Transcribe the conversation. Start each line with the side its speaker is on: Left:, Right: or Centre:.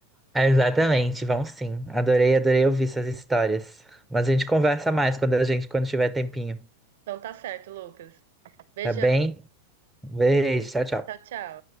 Centre: É, Exatamente. Vão sim. Adorei, adorei ouvir essas histórias. Mas a gente conversa mais quando a gente quando tiver tempinho,
Right: Então tá certo, Lucas. Beijão.
Centre: tá bem? Um Beijo, tchau, tchau.
Right: Tchau, tchau.